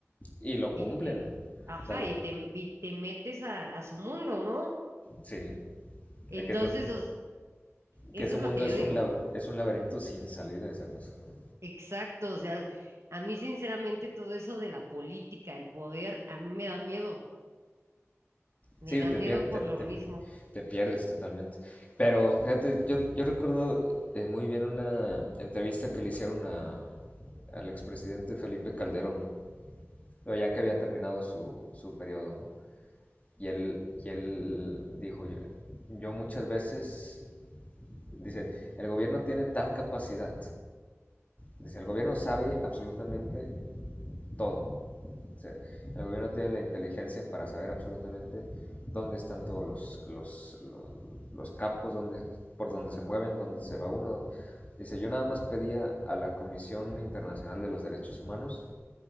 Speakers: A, on the left; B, on the right.
A: Y lo cumplen,
B: y te, ajá,
A: o sea, lo,
B: y te, y te metes a, a su mundo, ¿no?
A: sí,
B: Entonces,
A: es que es un,
B: os- eso
A: que ese
B: es
A: mundo
B: lo que yo
A: es
B: digo.
A: un, lab- es un laberinto sin salida esa cosa, ¿no?
B: Exacto, o sea, a mí sinceramente todo eso de la política, el poder, a mí me da miedo,
A: Sí,
B: me da
A: te,
B: miedo
A: pier- te,
B: por
A: te-
B: lo mismo.
A: te pierdes totalmente. Pero fíjate, yo, yo recuerdo eh, muy bien una entrevista que le hicieron a, al expresidente Felipe Calderón, pero ya que había terminado su, su periodo, ¿no? Y él, y él dijo, yo, yo muchas veces, dice, el gobierno tiene tal capacidad, dice, el gobierno sabe absolutamente todo. O sea, el gobierno tiene la inteligencia para saber absolutamente dónde están todos los, los, los, los capos, dónde, por dónde se mueven, dónde se va uno. Dice, yo nada más pedía a la Comisión Internacional de los Derechos Humanos